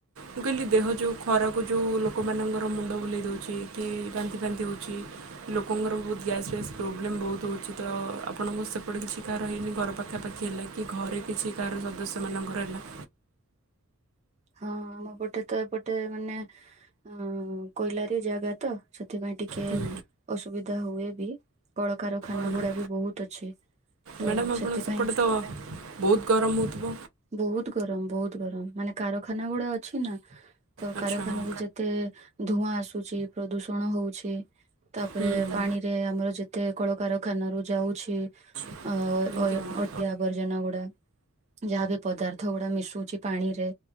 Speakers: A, on the right (about 65°); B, on the right (about 30°).
A: ମୁଁ କହିଲି ଦେହ ଯେଉଁ ଖରାକୁ ଯେଉଁ ଲୋକମାନଙ୍କର ମୁଣ୍ଡ ବୁଲେଇ ଦେଉଛି କି ବାନ୍ଧି ଫାନ୍ନ୍ତିି ହେଉଛି ଲୋକଙ୍କର ବହୁତ ଗ୍ୟାସ୍ ଫ୍ୟାସ୍ ପ୍ରୋବ୍ଲେମ୍ ବହୁତ ହେଉଛି ତ ଆପଣଙ୍କ ସେପଟେ କିଛି କାହାର ହେଇନି ଘର ପାଖାପାଖି ହେଲା କି ଘରେ କିଛି କାହାର ସଦସ୍ୟ ମାନଙ୍କର ହେଲା।
B: ହଁ ଆମ ପଟେ ତ ଏପଟେ ମାନେ ଅ କୋଇଲାରୀ ଜାଗା ତ ସେ ସେଥିପାଇଁ ଟିକେ
A: ହୁଁ
B: ଅସୁବିଧା ହୁଏ। ବି କଳକାର ଖାନା
A: ହୁଁ।
B: ଗୁଡା ବି ବହୁତ ଅଛି। ତ
A: ମ୍ୟାଡ଼ାମ୍ ଆପଣଙ୍କ
B: ସେଥିପାଇଁ
A: ସେପଟେ ତ ବହୁତ ଗରମ ହେଉଥିବ
B: ବହୁତ ଗରମ ବହୁତ ଗରମ ମାନେ। କାରଖାନା ଗୁଡା ଅଛି ନା। ତ
A: ଆଚ୍ଛା
B: କାରଖାନ
A: ହଁ।
B: ର ଯେତେ। ଧୂଆଁ ଆସୁଛି ପ୍ରଦୂଷଣ ହଉଛି। ତାପରେ
A: ହୁଁ ହୁଁ।
B: ପାଣିରେ ଆମର ଯେତେ କଳକାରଖାନା ର ଯାଉଛି
A: ଆଜ୍ଞା
B: ଅ
A: ମ୍ୟାଡ଼ାମ୍।
B: ଅଡିଆ ଆବର୍ଜନ ଗୁଡା ଯାହାବ ପଦାର୍ଥ ଗୁଡା ମିଶୁଛି ପାଣି ରେ।